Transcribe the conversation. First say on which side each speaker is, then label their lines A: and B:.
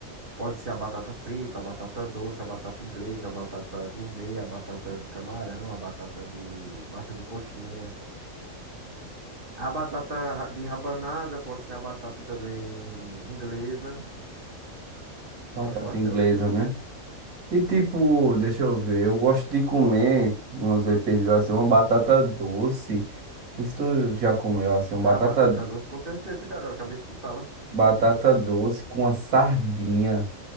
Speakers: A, on the right; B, on the right.
A: Pode ser a batata frita, a batata doce, a batata inglesa, a batata gourmet, a batata de camarão, a batata de massa de coxinha. A batata ra- de rabanada pode ser a batata também inglesa.
B: batata
A: Gosto bastante.
B: inglesa, né? E tipo, deixa eu ver, eu gosto de comer, vamos dizer, pedido assim, uma batata doce. Isso tu já comeu assim, uma
A: Ah,
B: batata,
A: batata doce, com certeza, cara. Eu acabei de citá-la.
B: Batata doce com a sardinha.